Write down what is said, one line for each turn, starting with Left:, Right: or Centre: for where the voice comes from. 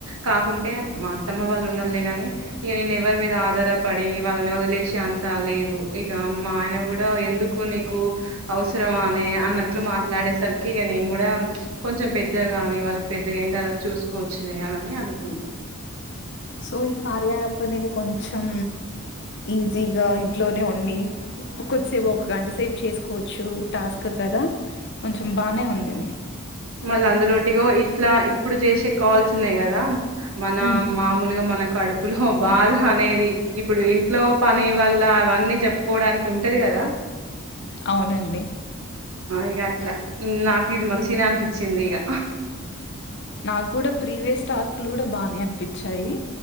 Right: కాకుంటే మా అత్తమ్మ వాళ్ళు ఉన్నరులే గానీ, ఇగ నేను ఎవరి మీద ఆధారపడీ వాళ్ళని వదిలేశె అంతా లేదు. ఇగా మా ఆయన గూడా ఎందుకు నీకూ. అవసరమానే అన్నట్లు మాట్లాడేసరికి ఇగ నేన్ గూడా, కొంచెం పెద్దగాని వాళ్ళకి పెద్దగైన్ తర్వాత చూసుకోవచ్చులే అని అనుకున్న.
Left: సో ఈ కార్య యాప్ అనేది కొంచెం, ఈజీగా ఇంట్లోనే ఉండీ, కొద్దిసేపు ఒక గంట సేపు చేసుకోవచ్చూ టాస్క్ కదా. కొంచెం బానే ఉంది ఇది
Right: మళ్ళ అందులోటిగో ఇట్లా ఇప్పుడు జేసే కాల్స్ ఉన్నయి కదా. మనా
Left: హ్మ్
Right: మామూలుగ మన కడుపులో బాధ అనేదీ. ఇప్పుడు ఇంట్లో పనీ వల్లా అవన్నీ చెప్పుకోవడానికి ఉంటది కదా.
Left: అవునండి.
Right: ఇగ అట్లా న్నాక్ ఇది మంచిగనే అనిపి చింది ఇగా.
Left: నాకు కూడా ప్రీవియస్ టాస్క్ లు కూడా బానే అనిపిచ్చాయీ.